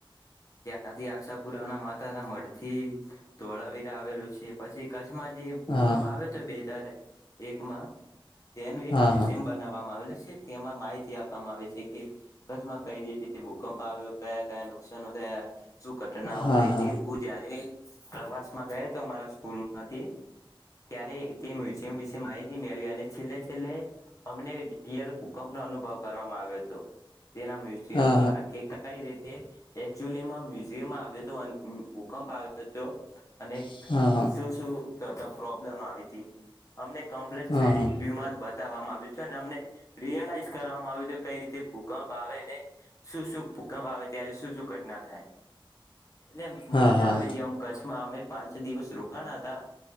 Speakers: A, on the left; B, on the left.
A: આથી અ પુરાના મા મઢથી ધોળાવીરા આવેલું છે પછી કછ માં જે ભૂકંપ
B: હા
A: આવે્યો છે બે હજાર એકમાં તેનું એક
B: હા
A: મ્યુઝિયમ
B: હા
A: બનાવવામાં આવેલ છે તેમાં માહિતી આપવામાં આવે છે કે કચ્છમાં કઈ રીતે ભૂકંપ આવ્યો કયા કયા ન થ શું ઘટનાઓ
B: હા
A: થઈ
B: હા હા
A: હું
B: હા હા
A: જયારે પ્રવાસ માં ગયો હતો અમારા સ્કૂલ માંથી ત્યારે તે મ્યુઝિયમ વિશે માહિત મેળવી અને છેલ્લે છેલ્લે અમને યલ ભૂકંપ નનો અનુભવ કરવામાં આવ્યો હતો તો તેના મ્યુઝિયમ
B: હા
A: દ્વારા કે કઈ રીતે એકચુમાં મ્યુઝિયમ આવ્યો ભૂકંપ આવ્યો હતો અને
B: હા હા હા
A: શું શું પ્રોબ્લેમ આવી હતી અમને કમ્પ્લીટ
B: હા
A: થ્રીડી્યુમાં
B: હા
A: બતાવવામાં આવ્યું હત અને અમને રિયલાઈઝ કરવામાં આવ્યું કઈ રીતે ભૂકંપ ભાવે ને શું શું ભૂકંપ આવે ત્યારે શું શું ઘટના થાય એટલે આમ
B: હા
A: મજા
B: હા
A: આવી તી આમ કચ્છ મા અમે પાંચ દિવસ રોકાણાતા